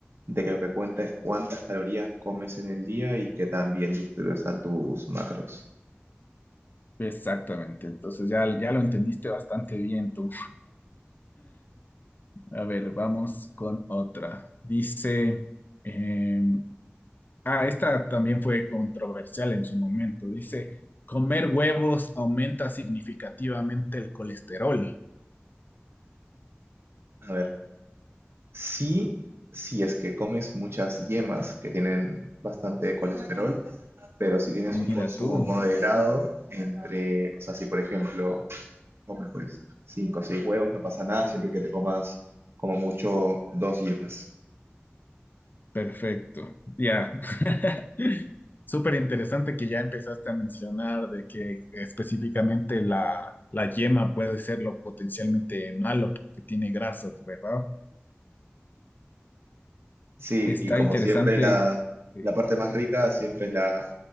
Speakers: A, on the right; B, on the left.
A: de que lo que cuenta es cuántas calorías comes en el día y que también están tus macros.
B: Exactamente, entonces ya, ya lo entendiste bastante bien tú. A ver, vamos con otra. Dice, eh, Ah, esta también fue controversial en su momento. Dice, comer huevos aumenta significativamente el colesterol.
A: A ver, sí, si es que comes muchas yemas que tienen bastante colesterol, pero si tienes un
B: Mira
A: consumo
B: tú,
A: moderado entre, o sea, si por ejemplo comes pues 5, o 6 huevos, no pasa nada, siempre que te comas como mucho dos yemas.
B: perfecto. Ya, <laughs> súper interesante que ya empezaste a mencionar de que específicamente la, la yema puede ser lo potencialmente malo porque tiene grasas, ¿verdad?
A: Sí,
B: Está
A: y como
B: interesante.
A: siempre la,
B: eh,
A: la parte más rica siempre es la,